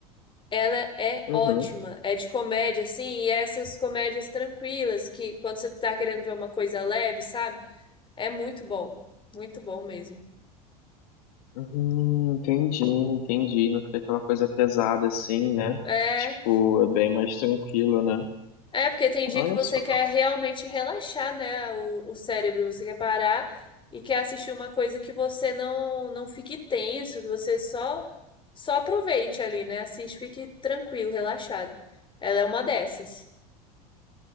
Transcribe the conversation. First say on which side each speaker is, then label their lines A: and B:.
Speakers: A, on the left; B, on the left.
A: ela é
B: Uhum.
A: ótima. É de comédia assim, e é essas comédias tranquilas que quando você tá querendo ver uma coisa leve, sabe? É muito bom, muito bom mesmo.
B: Uhum, entendi, entendi. Não fica aquela coisa pesada assim, né?
A: É,
B: Tipo, é bem mais tranquilo, né?
A: é porque tem
B: Olha
A: dia que você
B: só.
A: quer realmente relaxar, né, o, o cérebro, você quer parar e quer assistir uma coisa que você não não fique tenso, que você só só aproveite ali, né? Assiste, fique tranquilo, relaxado. Ela é uma dessas.